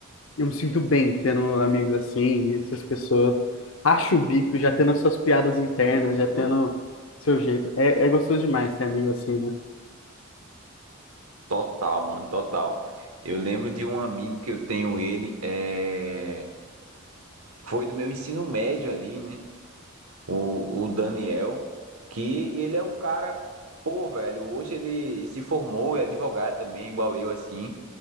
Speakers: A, on the left; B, on the right.
A: eu me sinto bem tendo amigos assim, essas pessoas. Acho o bico, já tendo as suas piadas internas, já tendo seu jeito. É, é gostoso demais ter amigo assim, né?
B: Total, mano, total. Eu lembro de um amigo que eu tenho, ele é... foi do meu ensino médio ali, né? O, o Daniel, que ele é um cara, pô, velho, hoje ele se formou, é advogado também, igual eu, assim.